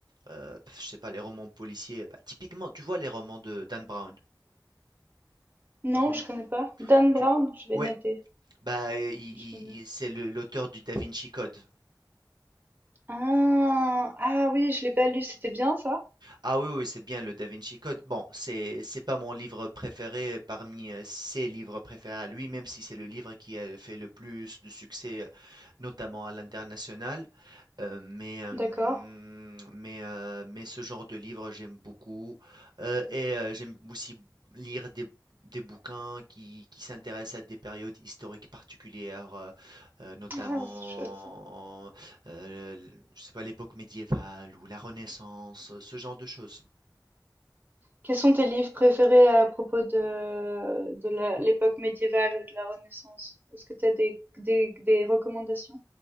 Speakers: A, on the right; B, on the right.
A: heu, je sais pas, les romans policiers, bah, typiquement, tu vois les romans de Dan Brown?
B: Non,
A: On
B: je connais pas. Dan Brown,
A: tu
B: je vais
A: ouais,
B: noter.
A: bah, i i
B: Je vais noter.
A: i c'est le l'auteur du Da Vinci Code.
B: Ah, ah oui, je l'ai pas lu. C'était bien ça?
A: Ah oui, oui, c'est bien le Da Vinci Code. Bon, c'est c'est pas mon livre préféré parmi euh, ses livres préférés à lui, même si c'est le livre qui a fait le plus de succès, euh, notamment à l'international. Heu, mais hem,
B: D'accord.
A: mais heu, mais ce genre de livre, j'aime beaucoup, heu et heu, j'aime aussi lire des des bouquins qui qui s'intéressent à des périodes historiques particulières, heu heu, notamment,
B: Ah, c'est chouette.
A: heu, l je sais pas, l'époque médiévale ou la Renaissance, ce genre de choses.
B: Quels sont tes livres préférés à propos de, de la- l'époque médiévale ou de la Renaissance? Est-ce que tu as des, des, des recommandations?